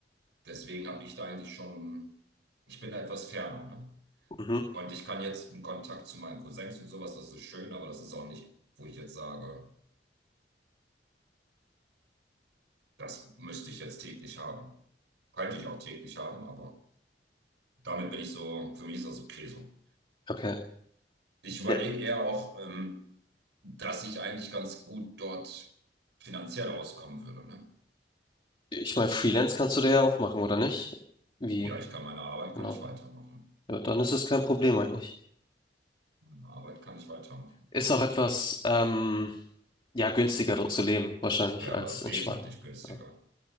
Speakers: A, on the right; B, on the left.
A: Deswegen habe ich da eigentlich schon, ich bin da etwas ferner, ne?
B: Mhm.
A: Und ich kann jetzt einen Kontakt zu meinen Cousins und sowas, das ist schön, aber das ist auch nicht, wo ich jetzt sage, das müsste ich jetzt täglich haben. Könnte ich auch täglich haben, aber damit bin ich so, für mich ist das okay so.
B: Okay.
A: Ich überlege
B: Ja,
A: eher auch, ähm, dass ich eigentlich ganz gut dort finanziell auskommen würde, ne?
B: Ich meine, Freelance kannst du da ja auch machen, oder nicht? Wie?
A: Ja, ich kann meine Arbeit,
B: Genau.
A: kann ich weitermachen.
B: Ja, dann ist es kein Problem eigentlich.
A: Meine Arbeit kann ich weitermachen.
B: Ist
A: Ich,
B: auch etwas, ähm, ja, günstiger dort zu leben, wahrscheinlich,
A: ja,
B: als
A: aber
B: in
A: wesentlich
B: Spanien.
A: günstiger.
B: Ja.